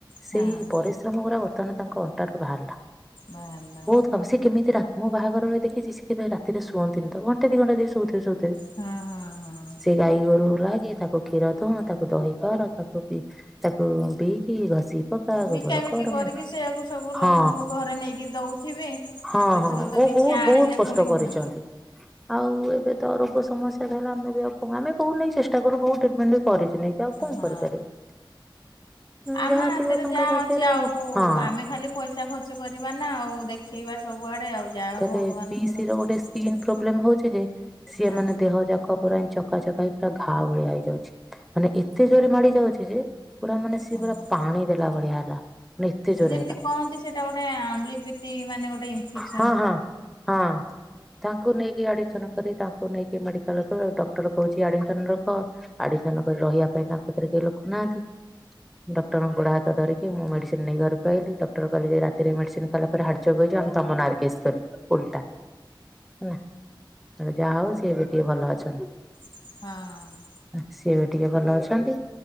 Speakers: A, in the centre; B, on the left.
A: ସେଇ
B: ହଁ
A: ପରିଶ୍ରମ ଗୁଡା ବର୍ତ୍ତମାନ ତାଙ୍କ ଅଣ୍ଟା ରୁ ବାହାରିଲା
B: ବାହାରିଲା
A: ବହୁତ କାମ ସେ କେମିତି ରା ମୁଁ ବାହାଘରରେ ଦେଖିଛି ସେ କେବେ ରାତିରେ ସୁଅନ୍ତିନି ତ ଘଣ୍ଟେ ଦୁଇ ଘଣ୍ଟା ଯଦି ସୋଉ ଥିବେ ଶଉଥିବେ।
B: ହଁ ହଁ ହଁ।
A: ଗାଈ ଗୋରୁ ଲାଗେ, ତାକୁ କ୍ଷୀର ଦୁହ ତାକୁ ଦହି କର ତାକୁ ବି ତାକୁ ବିଇକି ଘଷି ପକା ଗୋବର
B: ବିକାବିକି
A: କର
B: କରିକି ସେଆକୁ ସବୁ
A: ହଁ
B: ଲୋକଙ୍କୁ ଘରେ ନେଇକି ଦଉଥିବେ।
A: ହଁ
B: ସେଥିରୁ
A: ହଁ
B: ତ
A: ବ
B: କିଛି
A: ବହୁତ
B: ଆଣିଲେ
A: ବହୁତ କଷ୍ଟ
B: ପୁଣି
A: କରିଛନ୍ତି।
B: ହୁଁ
A: ଆଉ ଏବେ ତ ରୋଗ ସମସ୍ୟା ଧଇଲା ଆମେ ବି ଆମେ ବହୁତ ନେଇ ଚେଷ୍ଟା କରୁ ବହୁଉ ଟ୍ରିଟମେଣ୍ଟ ବି କରିଛିୁ ନେଇ। ଆଉ କଣ
B: ହଁ।
A: କରିପାରିବେ
B: ଆମ
A: ଯାହା
B: ହାତରେ
A: ଥିବ ତାଙ୍କ
B: ଯାହା
A: ଭାଗ୍ୟରେ
B: ଅଉଛି ଆଉ
A: ହଁ
B: ଆମେ ଖାଲି ପଇସା ଖର୍ଚ୍ଚ କରିବା ନା ଆଉ ଦେଖେଇବା ସବୁଆଡେ ଆଉ। ଯାହା
A: ତାପରେ
B: ଭଗବାନଙ୍କର
A: ପିଇସ ର ଗୋଟେ ସ୍କିନ୍
B: ଇଏରେ
A: ପ୍ରୋବ୍ଲେମ ହଉଚ ଯେ ସିଏ
B: ହଁ
A: ମାନେ ଦେହ ଯାକ ଚକ ପୁରା ଚକାଚକା ହେଇ ପୁରା ଘା ଭଳିଆ ହେଇଯାଉଛି ମାନେ ଏତେ ଜୋରେ ମାଡି ଯାଉଛି ଯେ ପୁରା ମାନେ ସିଏ
B: ହଁ।
A: ପୁରା ପାଣି ଦେଲା ଭଳିଆ ହେଲା। ମାନେ ଏତେ ଜୋରେ
B: ଯେମିତି
A: ହେଲା
B: କହନ୍ତି ସେଇଟା ଗୋଟେ ଆମ୍ବଳିପତି ମାନେ ଗୋଟେ ଇମଫେସ
A: ହଁ ହଁ ହଁ। ତାଙ୍କୁ ନେଇକି ଆଡମିସନ କରି ତାଙ୍କୁ ନେଇକି ମେଡିକାଲ ଡକ୍ଟର କହୁଛି ଆଡମିସନ ରଖ। ଆଡିମିସନ କରି ରହିବା ପାଇଁ ତାଙ୍କ ପାରେ କେହି ଲୋକ ନାହାନ୍ତି। ଡକ୍ଟରଙ୍କ ଗୋଡ ହାତ ଧରିକି ମୁଁ ମେଡିସିନ ନେଇ ଘରକୁ ଆଇଲି ଡକ୍ଟର କହିଲି ରାତିରେ ମେଡିସିନ ଖାଇଲା ହାଟ୍ଚୋକ ହେଇଯିବ ଆମେ ତମ ନାରେକେସ୍ କରିବୁ ଓଲଟା। ହେଲା, ଯାହା ହଉ ସିଏ ଏବେ ଟିକେ ଭଲ ଅଛନ୍ତି।
B: ହଁ।
A: ସିଏ ବି ଟିକେ ଭଲ ଅଛନ୍ତି।